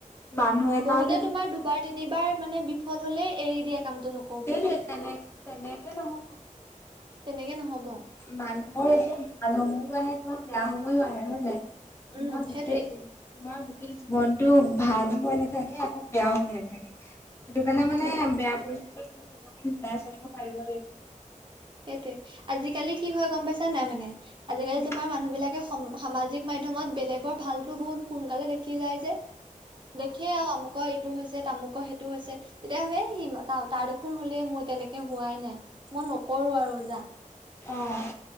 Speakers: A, on the left; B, on the right.
A: মানুহ এটাৰতো
B: বহুতে তোমাৰ দুবাৰ তিনিবাৰ মানে বিফল হ'লে এৰি দিয়ে কামতটো নকৰি।
A: সেই টোৱেই তেনেকে তেনেকে নহ'ব।
B: তেনেকে নহ'ব।
A: মানুহৰ এতিয়া ভাল সময়ো আহে, তোমাৰ বেয়া সময়ো আহে, হয় না।
B: উম
A: মই গোটেই
B: সেইটোৱে
A: তোমাৰ গোটেই জীৱনটো ভাল হৈ নাথাকে, আকৌ বেয়াও হৈ নাথাকে। সেইটো কাৰণে
B: উম
A: মানে বেয়া পৰিস্থিতিও তুমি নিজকে মিলাই চলিব পাৰিব লাগিব।
B: সেইটোৱে আজিকালি কি হয় গ'ম পাইছা নাই মানে আজিকালি
A: উম,
B: তোমাৰ মানুহ বিলাকে সামাজিক মাধ্যমত বেলেগৰ ভালতো বহুত সোনকালে দেখি যায় যে। দেখে আৰু অমুকৰ এইটো হৈছে, তামুকৰ সেইটো হৈছে, তেতিয়া ভাবে তাৰ দেখোন হ'লেই মোৰ এতিয়ালৈকে হোৱাই নাই মই নকৰো আৰু যা।
A: অ'